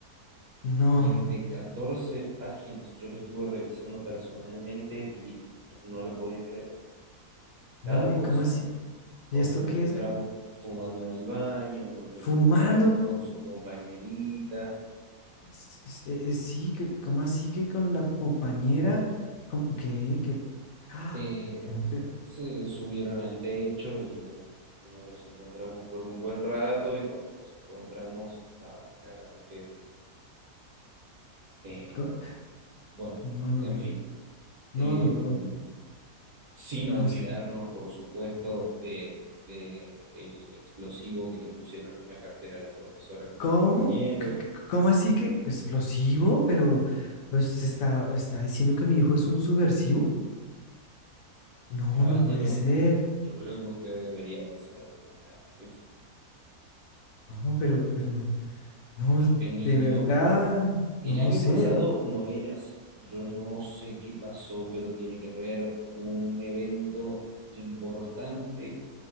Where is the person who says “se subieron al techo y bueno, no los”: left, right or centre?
Right